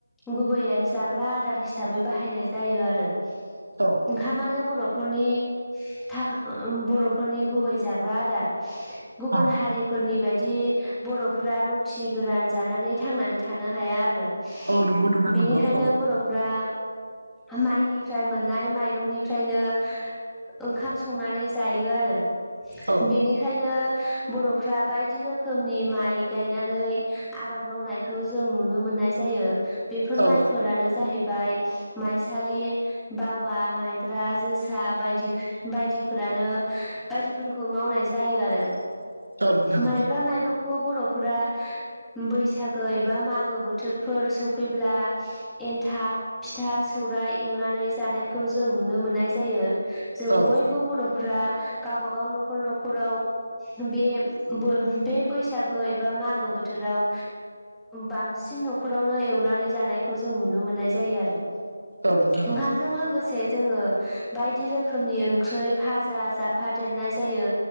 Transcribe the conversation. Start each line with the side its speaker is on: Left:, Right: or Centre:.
Centre: गुबैयै जाग्रा आदार हिसाबै बाहायनाय जायो आरो।
Right: औ
Centre: ओंखामानो बर'फोरनि था बर'फोरनि गुबै जाग्रा आदार। गुबुन
Right: औ
Centre: हारिफोरनि बायदि बर'फ्रा रुथि गोरान जानानै थांनानै थानो हाया आरो।
Right: औ नंगौ नोंथां
Centre: बिनिखायनो
Right: नंगौ औ
Centre: बर' फ्रा माइनिफ्राय मोननाय माइरंनिफ्रायनो ओंखाम संनानै जायो आरो
Right: औ
Centre: बेनि खायनो बर'फ्रा बायदि रोखोमनि माइ गायनानै आबाद मावनाय खौ जों नुनो मोननाय जायो बेफोर
Right: औ
Centre: माइफोरानो जाहैबाय माइसालि बावा माइब्रा जोसा बायदि बायदिफोरानो बायदिफोरखौ मावनाय जायो आरो।
Right: <inaudible> नोंथां
Centre: माइब्रा माइरंखौ बर'फोरा बैसागो एबा मागो बोथोर फोर सफैब्ला एन्थाब फिथा सौराइ एवनानै जानायखौ जों नुनो मोननाय जायो। जों
Right: औ
Centre: बयबो बर'फ्रा गावबाागाव न'खर न'खराव बे बो बे बैसागो एबा मागो बोथोराव बांसिन न'खरावनो एवनानै जानायखौ जों नुनो मोननाय जायो आरो।
Right: औ नोंथां औ
Centre: ओंखामजों लोगोसे जोङो बायदि रोखोमनि ओंख्रै फाजा जाफा देरनाय जायो